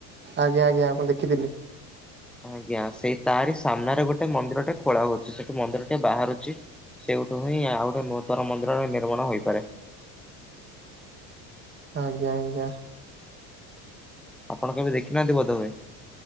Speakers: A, on the right; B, in the centre.
A: ଆଜ୍ଞା ଆଜ୍ଞା ଆପଣ ଦେଖିଥିଲି।
B: ଆଜ୍ଞା ସେଇ ତାରି ସାମ୍ନାରେ ଗୋଟେ ମନ୍ଦିର ଟା ଖୋଳା ହଉଛି ସେଠି ମନ୍ଦିର ଟେ ବାହାରୁଛି। ସେଇଠୁ ହିଁ ଆଉ ଗୋଟେ ନୂତନ ମନ୍ଦିର ନିର୍ମାଣ ହୋଇପାରେ।
A: ଆଜ୍ଞ ଆଜ୍ଞା।
B: ଆପଣ କେବେ ଦେଖିନାହାନ୍ତି ବୋଧହୁଏ?